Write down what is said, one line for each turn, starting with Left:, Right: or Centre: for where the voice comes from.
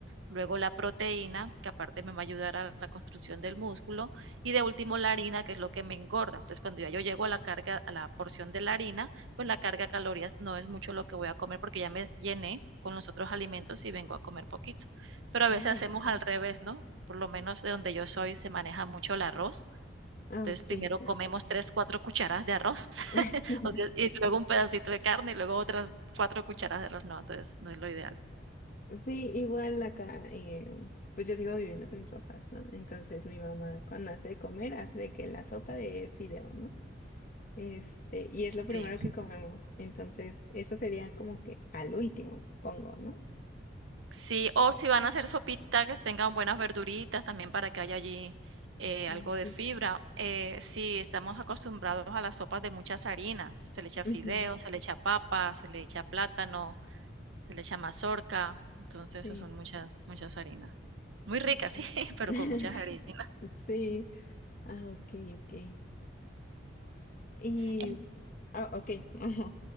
Right: luego la proteína, que aparte me va a ayudar a la construcción del músculo, y de último la harina, que es lo que me engorda. Entonces, cuando ya yo llego a la carga, a la porción de la harina, pues la carga de calorías no es mucho lo que voy a comer porque ya me llené con los otros alimentos y vengo a comer poquito. Pero a veces
Left: Ah,
Right: hacemos
Left: ok.
Right: al revés, ¿no? Por lo menos de donde yo soy se maneja mucho el arroz.
Left: Ah,
Right: Entonces,
Left: sí.
Right: primero comemos
Left: ah.
Right: tres, cuatro cucharadas de arroz <laughs>
Left: <laughs>
Right: y luego un pedacito de carne y luego otras cuatro cucharadas de arroz. No, entonces no es lo ideal.
Left: Sí, igual acá, eh, pues yo sigo viviendo con mis papás, ¿no? Entonces mi mamá cuando hace de comer hace de que la sopa de fideo, ¿no? Este, y es
Right: Sí.
Left: lo primero que comemos. Entonces, eso sería como que al último, supongo, ¿no?
Right: Sí, o si van a hacer sopita, que tengan buenas verduritas también para que haya allí eh,
Left: Ah,
Right: algo de
Left: es-
Right: fibra. Eh, sí, estamos acostumbrados a las sopas de muchas harinas. Entonces se le echa
Left: ujú,
Right: fideo, se le echa papa, se le echa plátano, se le echa mazorca. Entonces
Left: sí.
Right: esas son muchas, muchas harinas. Muy ricas,
Left: ah.
Right: <laughs> sí, pero
Left: <laughs>
Right: con muchas harinas.
Left: Sí. Ah, ok, ok. Y,
Right: En-
Left: ah, ok. <laughs> ajá.